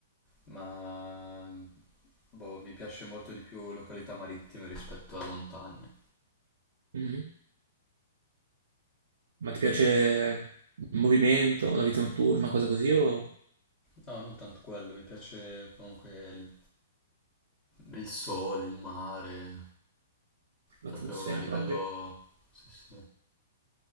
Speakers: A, on the left; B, on the right.
A: ma boh, mi piace molto di più località marittime rispetto alla montagna.
B: Mhm. Ma ti piace il movimento, la vita notturna, cose così, o
A: No, non tanto quello, mi piace comunque il Il sole, il mare,
B: l'atmosfera
A: proprio a livello...
B: proprio?
A: Sì, sì.